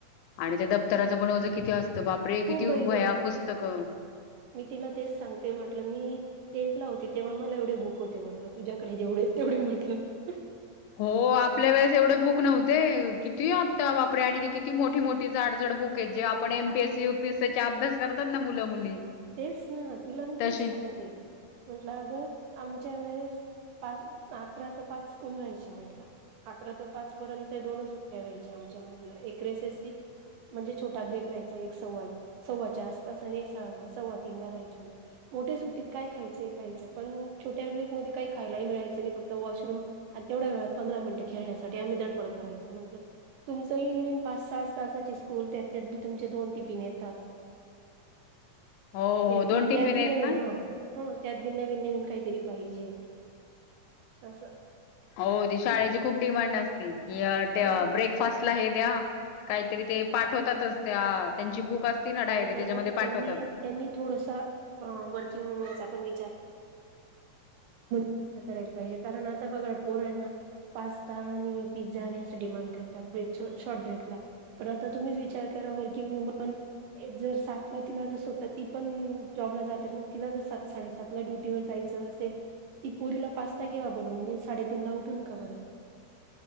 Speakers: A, on the left; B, on the right.
A: आणि ते दप्तराचं पण ओझं किती असतं बापरे
B: खूप
A: किती वह्या
B: बाई बाई बाई
A: पुस्तकं. <unintelligible>
B: मी तिला तेच सांगते म्हटलं मी टेंथ ला होती तेव्हा मला एवढे बुक होते म्हटलं तुझ्याकडे जेवढेत तेवढे म्हटलं. <unintelligible>
A: हो आपल्या वेळेस एवढे बुक नव्ह ते किती आत्ता बापरे आणि ते किती मोठी मोठी जाड जाड बुक आहेत जे आपण
B: अहो
A: एमपीएसी युपीएसी ते अभ्यास करतात ना मुलं मुली.
B: तेच ना तिला मी
A: तसे
B: तेच सांगते. म्हंटलं अगं आमच्या वेळेस पाच अकरा ते पाच स्कूल राहायची म्हंटलं. <unintelligible> अकरा ते पाच पर्यंत दोनच सुट्ट्या व्हायच्या आमच्या म्हटलं एक रिसेसची. <unintelligible> म्हणजे छोटा ब्रेक राहायचा एक सव्वा सव्वाच्या आसपास आणि एक सव्वा तीनला रहायचा मग. मोठ्या सुट्टीत काय खायचं खायचं पण छोट्या ब्रेकमध्येध्ये काही खायलाही मिळायचं नाही फक्त वॉशरूम. आणि तेवढ्या वेळात पंधरा मिनिटं खेळण्यासाठी आम्ही धडपड करायचो म्हंटलं. <unintelligible> तुमचं इन बीन पाच सहा तासाची स्कूल त्याच्यात बी तुमचे दोन टिफिन येतात. <unintelligible>
A: हो हो
B: त्या
A: दोन
B: बी
A: टिफिन
B: त्यात बी
A: आहेत
B: नवीन
A: ना
B: हा हा त्यात बी नवीन नवीन काहीतरी पाहिजे असं <unintelligible>
A: हो ते शाळेची खूप डिमांड असते कि य त्या
B: त्यांच्या
A: ब्रेक. <unintelligible> फर्स्टला हे द्या काहीतरी ते पाठवतातच त्या त्यांची बुक आ <unintelligible> तीन डायरी
B: अहो पण
A: त्याच्यामध्ये
B: मग
A: पाठवतात.
B: त्यांनी त्यांनी थोडसा आ वर्किंग वुमनचा पण विचार <unintelligible> <unintelligible> करायला पाहिजे कारण आता बघा पोर आहे ना <unintelligible> पास्ता आणि पिझ्झा आणि असं डिमांड करतात ब्रेक शॉर्ट ब्रेकला. <unintelligible> पण आता तुम्हीच विचार करा वर्किंग वुमन. जर सातला तिला ज स्वत ती पण जॉबला जाते अस <unintelligible> तिला जर सात साडेसात <unintelligible> तुला ड्युटीवर जायचं असेल ती पोरीला पास्ता केेवा बनून साडेतीन ला उठून का बरं <unintelligible>